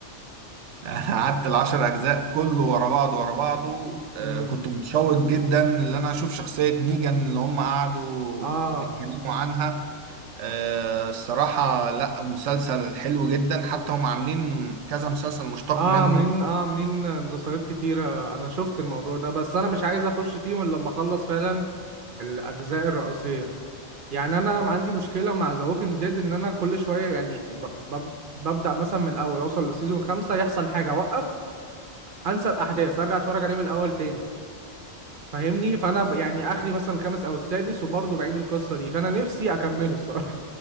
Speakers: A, on the right (about 80°); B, on the right (about 55°).
A: قعدت العشر اجزاء كله ورا بعض ورا بعضه
B: <laughs>
A: آه،
B: امم
A: كنت متشوق جدا ان انا اشوف شخصية نيجان اللي هم قعدوا
B: اه
A: بيتكلموا عنها آه، الصراحة لا مسلسل حلو جدا حتى هم عاملين كذا مسلسل مشتق
B: اه
A: منه
B: عاملين اه عاملين مسلسلات كتيره انا شفت الموضوع ده بس انا مش عايز اخش فيهم الا لما اخلص فعلا الاجزاء الرئيسيه يعني انا عندي مشكله مع ذا ووكينج ديد ان انا كل شويه يعني ب... ب... ببدا مثلا من الاول اوصل لسيزون خمسة يحصل حاجه اوقف انسى الاحداث ارجع اتفرج عليه من الاول تاني فاهمني فانا ب- يعني اخري مثلا الخامس او السادس وبرضه بعيد القصه دي فانا نفسي اكمله الصراحه